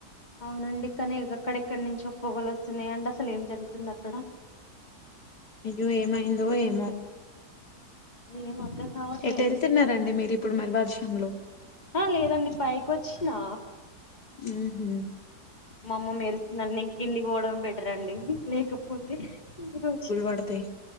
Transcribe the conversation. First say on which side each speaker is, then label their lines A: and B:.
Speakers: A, on the left (about 25°); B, on the left (about 85°).
A: అవునండి కానీ అక్కడెక్కడి నుంచి పొగలు వస్తున్నాయంండి అసలు ఏం జరుగుతుంది అక్కడ
B: అయ్యో ఏమైందో ఏమో
A: ఎం అర్ధం రావట్లేదు
B: ఎటు వెళ్తున్నారండి మీరు ఇప్పుడు మరి వర్షంలో
A: ఆ లేదండి పైకోచ్చినా
B: ఉ హు
A: మా అమ్మ మెరుస్తుదండి ఇకిందికీ పోవడం లేకపోతే వొచ్చి
B: పడతయ్